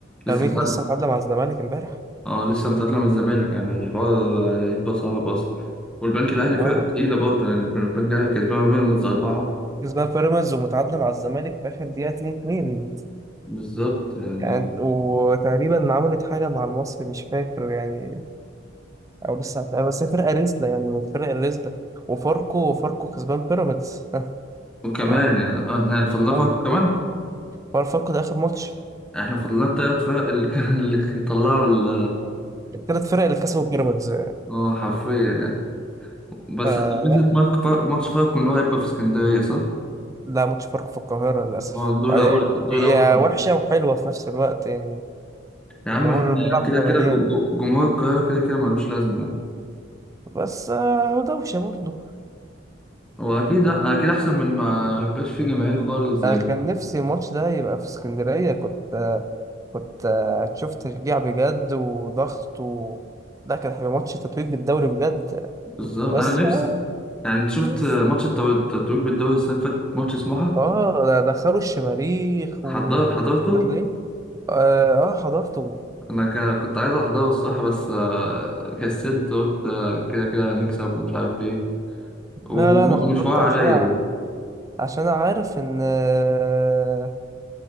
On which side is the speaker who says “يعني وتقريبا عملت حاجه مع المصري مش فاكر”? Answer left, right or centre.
Right